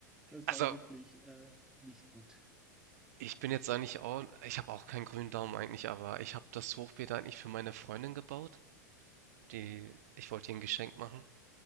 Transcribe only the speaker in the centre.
Das
war wirklich äh, nicht gut.